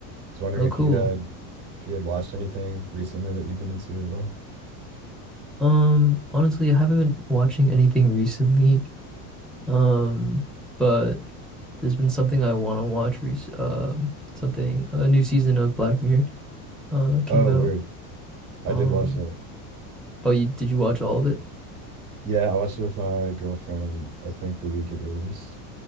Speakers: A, on the right; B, in the centre.
A: was wondering
B: Oh,
A: if
B: cool.
A: you had if you had watched anything recently that you've been into at all.
B: Um, honestly, I haven't been watching anything recently. Um, but there's been something I want to watch rec um something a new season of Black Mirror uh came
A: Oh,
B: out.
A: word. I
B: Um,
A: did watch that.
B: oh, you did you watch all of it?
A: Yeah, I watched it with my girlfriend, I think the week it released.